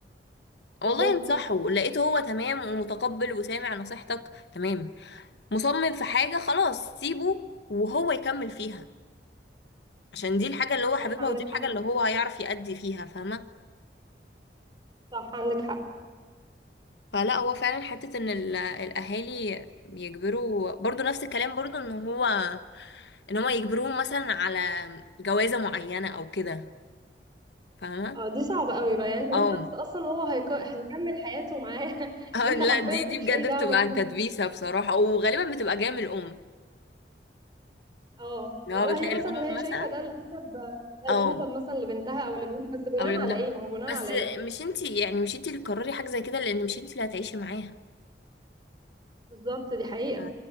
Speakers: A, on the right; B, on the left.
A: بالظبط
B: والله انصحه لقيته هو تمام ومتقبل وسامع نصيحتك تمام مصمم في حاجة خلاص سيبه وهو يكمل فيها عشان دي الحاجة اللي هو
A: صح
B: حاببها
A: عندك
B: ودي الحاجة
A: حق
B: اللي هو هيعرف يأدي فيها فاهمة
A: صح عندك حق
B: فلا هو فعلا حتة ان ال- الاهالي يجبروا برضو نفس الكلام برضو ان هو ان هما يجبروهم مثلا على جوازة معينة او كده فاهمة
A: اه دي صعبة قوي بقى يعني هو
B: او
A: شخص
B: <laughs>
A: أصلا هو هيك... هيكمل حياته معاه <laughs>
B: أو
A: أنت
B: لا
A: حرفيا
B: دي
A: مالكش
B: دي بجد
A: أي دعوة
B: بتبقى
A: بيهم
B: تدبيسة بصراحة وغالبا بتبقى جاية من الام
A: اه
B: اللي
A: لو
B: هو بتلاقي
A: هي مثلا
B: الام
A: اللي هي شايفة
B: مثلا
A: ده الأنسب ده الأنسب
B: او
A: مثلا لبنتها أو لابنها بس بناء
B: او لابنها
A: على إيه ما هو بناء
B: بس
A: على إيه
B: مش انتي يعني مش انتي اللي تقرري حاجة زي كده لان مش انتي اللي هتعيشي معاها
A: بالظبط دي حقيقة
B: اه